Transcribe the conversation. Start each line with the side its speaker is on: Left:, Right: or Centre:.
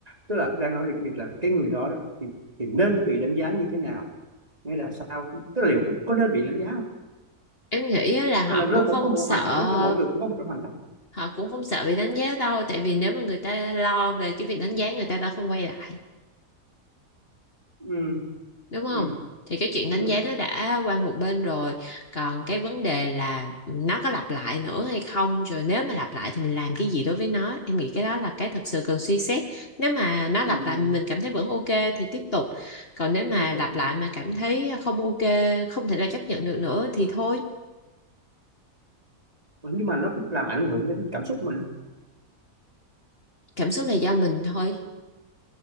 Right: tức là đang nói về cái việc là cái người đó, đó thì thì nên bị đánh giá như thế nào hay là sao tức là liệu có, có nên bị đánh giá không
Left: em nghĩ á là họ
Right: hay là nó
Left: cũng
Right: cũng
Left: không
Right: có một
Left: sợ,
Right: hoàn cảnh mỗi người cũng có một cái hoàn cảnh
Left: họ cũng không sợ bị đánh giá đâu, tại vì nếu mà người ta lo về cái việc đánh giá người ta đã không quay lại.
Right: ừ
Left: đúng không
Right: ừ
Left: thì cái chuyện
Right: cũng
Left: đánh
Right: đúng
Left: giá nó đã qua một bên rồi còn cái vấn đề là nó có lặp lại nữa hay không rồi nếu mà lặp lại thì mình làm cái gì đối với nó em nghĩ cái đó là cái thực sự cần suy xét nếu mà nó lặp
Right: ừ,
Left: lại mình cảm thấy vẫn ok thì tiếp tục còn nếu mà
Right: Chứ việc-
Left: lặp lại mà cảm thấy không ok không thể nào chấp nhận được nữa thì thôi
Right: nhưng mà nó cũng làm ảnh hưởng đến cảm xúc mình
Left: cảm xúc là do mình thôi